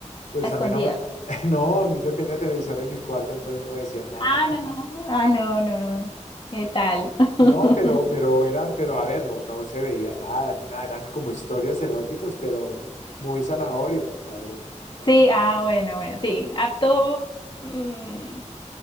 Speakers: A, on the left; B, on the left.
A: Pues
B: a escondidas.
A: a mí no me... <laughs> No, a mí- yo tenía televisor en mi cuarto, entonces no me decían nada.
B: Ah, no,
A: <laughs>
B: ah, no, no. ¿Qué tal? <laughs>
A: No, pero, pero era, pero a ver, no, no se veía nada ni nada. Eran como historias eróticas, pero muy zanahorias, la verdad. No, no era
B: Sí, ah, bueno, bueno, sí, apto, mm,